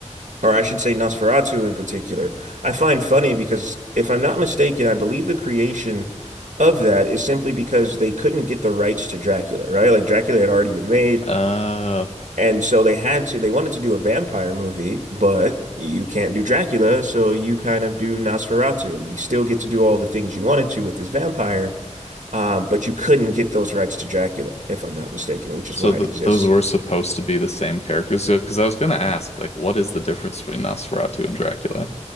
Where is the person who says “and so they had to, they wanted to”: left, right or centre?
Right